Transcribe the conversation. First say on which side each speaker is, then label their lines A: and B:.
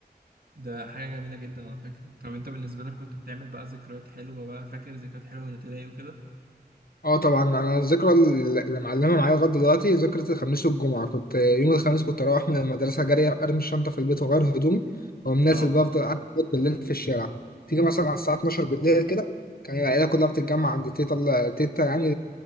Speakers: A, on the right; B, on the left.
A: ده حاجه جميله جدا على فكره طب انت بالنسبه لك كنت بتعمل بقى ذكريات حلوه بقى فاكر ذكريات حلوه من الابتدائي وكده
B: اه طبعا انا الذكرى اللي معلمه معايا لغايه دلوقتي ذكرى الخميس والجمعه كنت يوم الخميس كنت اروح من المدرسه جري ارمي الشنطه في البيت واغير هدومي واقوم نازل
A: اه
B: بقى افضل قاعد بالليل في الشارع تيجي مثلا على الساعه 12 بالليل كده كان العيله كلها بتتجمع عند تيتا ال- تيتا يعني